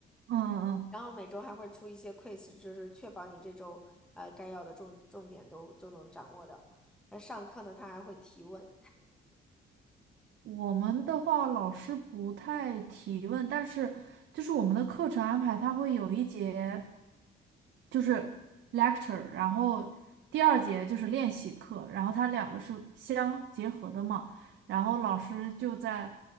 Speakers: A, on the right; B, in the centre.
A: 嗯嗯，嗯
B: 然后每周还会出一些 quiz，就是确保你这周呃该要的重重点都都能掌握到。而上课呢，他还会提问。
A: 我们的话老师不太提问，但是就是我们的课程安排，他会有一节。就是 lecture，然后第二节就是练习课，然后它两个是相结合的嘛。然后老师就在